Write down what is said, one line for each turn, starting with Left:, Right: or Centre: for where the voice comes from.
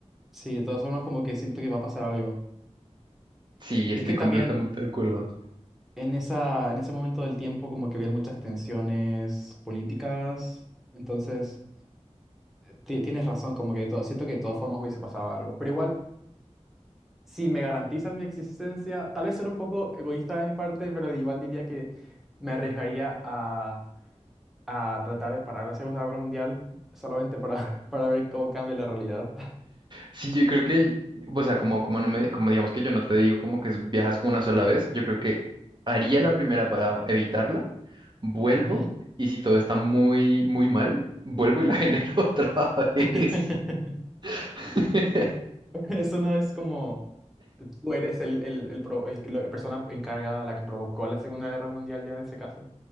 Centre: sí, de todas formas como que siento que va a pasar algo.
Right: Sí,
Centre: Es, que
Right: estoy
Centre: es que
Right: completamente
Centre: también
Right: de acuerdo.
Centre: en esa, en ese momento del tiempo como que habían muchas tensiones políticas, entonces ti- tienes razón, como que de todas- siento que de todas formas hubiese pasado algo, pero igual... si me garantizan mi existencia, tal vez ser un poco egoísta de mi parte, pero igual diría que me arriesgaría a, a tratar de parar la Segunda Guerra Mundial solamente para, <laughs> para ver cómo cambia la realidad.
Right: Sí, yo creo que, o sea, como, como no me, como digamos que yo no te digo como que es- viajas una sola vez, yo creo que haría la primera para evitarla, vuelvo
Centre: <laughs> Ujú.
Right: y si todo está muy, muy mal, vuelvo y la <laughs> genero otra vez.
Centre: <laughs>
Right: <laughs>
Centre: Eso no es como tú eres el, el, el pro- el- la persona encargada, la que provocó la Segunda Guerra Mundial ya en ese caso.